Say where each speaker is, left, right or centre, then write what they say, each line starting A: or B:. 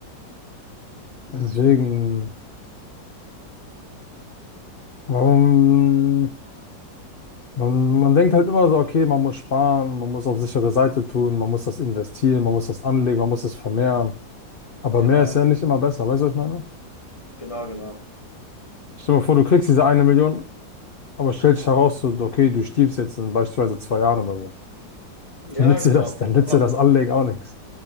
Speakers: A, on the left (about 85°); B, on the left (about 20°).
A: Deswegen, warum, man, man denkt halt immer so, okay, man muss sparen, man muss auf sichere Seite tun, man muss das investieren, man muss das anlegen, man muss es vermehren. Aber
B: genau,
A: mehr ist ja nicht immer besser, weißt du, was ich meine?
B: genau, genau.
A: Stell dir mal vor, du kriegst diese eine Million, aber stellt sich heraus, so, okay, du stirbst jetzt in beispielsweise zwei Jahren oder so.
B: Ja,
A: nützt
B: genau.
A: dir das, dann nützt
B: Aber
A: dir das Anlegen auch nichts.